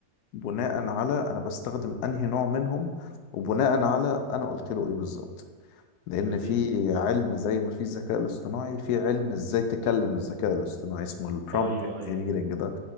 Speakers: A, on the left; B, on the right.
A: بناء على انا بستخدم انهي نوع منهم وبناء على انا قلت له ايه بالظبط لان
B: اكيد
A: في علم زي ما في الذكاء الاصطناعي في علم ازاي تكلم الذكاء الاصطناعي اسمه البرومبت
B: ايوه ايوه
A: انجينيرنج ده